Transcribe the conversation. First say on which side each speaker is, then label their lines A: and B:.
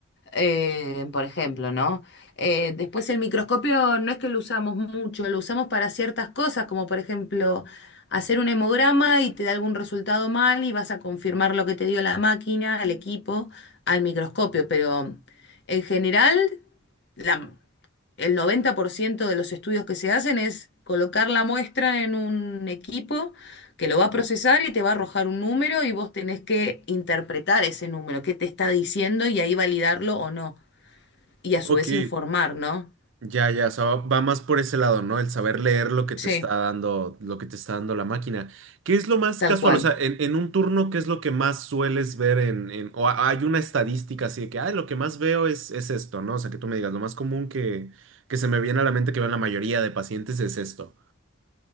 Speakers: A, on the left (about 55°); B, on the right (about 65°).
A: eh, por ejemplo, ¿no? Eh, después el microscopio no es que lo usamos mucho, lo usamos para ciertas cosas, como por ejemplo hacer un hemograma y te da algún resultado mal y vas a confirmar lo que te dio la máquina, el equipo, al microscopio, pero en general la- el 90% de los estudios que se hacen es colocar la muestra en un equipo que lo va a procesar y te va a arrojar un número y vos tenés que interpretar ese número, qué te está diciendo y ahí validarlo o no. Y a su
B: Ok,
A: vez informar, ¿no?
B: ya, ya, o sea, va va más por ese lado, ¿no? El saber leer lo que
A: Sí,
B: te está dando, lo que te está dando la máquina. ¿Qué es lo más
A: tal
B: casual?
A: cual.
B: O sea, en, en un turno, ¿qué es lo que más sueles ver en, en- o ha- hay una estadística así de que, ay, lo que más veo es, es esto, ¿no? O sea, que tú me digas, lo más común que, que se me viene a la mente que vean la mayoría de pacientes es esto.